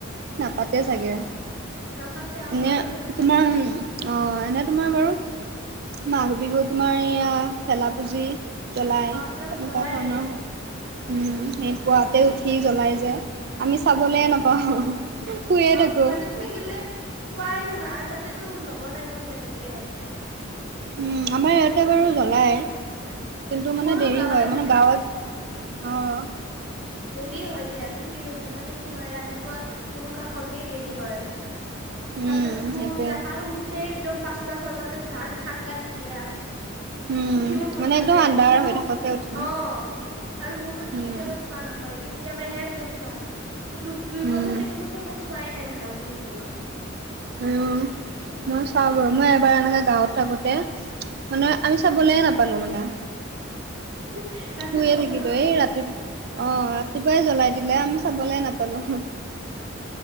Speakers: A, on the right (about 50°); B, on the right (about 70°).
A: নাপাতে চাগে?
B: নাপাতে আ
A: এনে
B: মইও দেখা
A: তোমাৰ
B: নাই।
A: অ', এনে তোমাৰ বাৰু মাঘ বিহু তোমাৰ এয়া ভেলা পুজি জ্বলাই
B: অ', সেইবিলাক
A: তেনেকুৱা
B: জ্বলাই
A: ধৰণৰ
B: আৰু
A: হয়। উম
B: সেইটো
A: সেই
B: মানে
A: পুৱাতে উঠি জ্বলাই যায় যে। আমি চাবলৈয়
B: উম, উম।
A: নাপাওঁ, শুইয়ে
B: অ',
A: থাকো।
B: গুৱাহাটীত থাকিলে চোৱাই নহয় আৰু তাতেতো নজ্বলাই ন তেনেকে।
A: উম, আমাৰ ইয়াতে বাৰু জ্বলাই, কিন্তু মানে
B: ময়ো
A: দেৰি
B: গাঁৱত
A: হয়।
B: আহিলে
A: মানে গাঁৱত অ'।
B: দেৰি হয় দিয়া, ঠিকে কৈছা মানে কি হয়, ৰাতিপুৱা উৰুকা খাওঁতেই দেৰি হয়।
A: উম
B: তাৰ পিছত শুই
A: সেইটোৱে
B: আৰু উঠে একদম পাঁচটা ছটাতে উঠে আৰু ঠাণ্ডা তেতিয়া।
A: উম
B: উঠিব মন
A: মানে
B: নাযায়
A: একদম আন্ধাৰ
B: সেই মোৰ
A: হৈ
B: অ আৰু
A: থাকোতে উঠে ন
B: মোৰত
A: উম
B: কেতিয়াবা। চোৱা নহয়, কেতিয়াবা হে মোৰ চোৱা হয়, মোৰ দু দুই
A: উম
B: বছৰ তিন বছৰ। মই চোৱাই নাই ভেলা পুজি জ্বলোৱা।
A: উম, মই চাওঁ বাৰু মই এবাৰ এনেকে গাঁৱত থাকোতে মানে
B: উম।
A: আমি চাবলে নাপালোঁ মানে।
B: <unintelligible>
A: শুইয়ে
B: উঠা
A: থাকিলো
B: নহয়
A: এই
B: যে
A: ৰাতিপুৱা অ ৰাতিপুৱাই জ্বলাই দিলে আমি চাবলে নাপালো।
B: উ